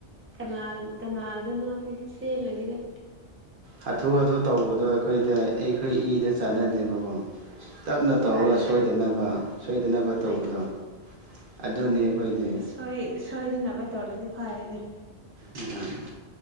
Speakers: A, on the right; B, on the right.
A: ꯀꯅꯥ ꯀꯅꯥꯗꯨꯅ ꯑꯃꯨꯛ ꯆꯦꯜꯂꯅꯤꯗ
B: ꯍꯥꯊꯨ ꯍꯥꯊꯨ ꯇꯧꯕꯗꯣ ꯑꯩꯈꯣꯏꯗ ꯑꯩꯈꯣꯏ ꯏꯗ ꯆꯥꯟꯅꯗꯦꯕꯀꯣ ꯇꯞꯅ ꯇꯧꯔꯒ
A: ꯐꯔꯦꯅꯦ
B: ꯁꯣꯏꯗꯅꯕ ꯁꯣꯏꯗꯅꯕ ꯇꯧꯕꯗꯣ
A: ꯍꯣꯏꯅꯦ
B: ꯑꯗꯨꯅꯦ ꯑꯩꯈꯣꯏꯗꯤ
A: ꯍꯣꯏ ꯁꯣꯏꯗꯅꯕ ꯇꯧꯔꯗꯤ ꯐꯔꯦꯅꯦ
B: ꯎꯝ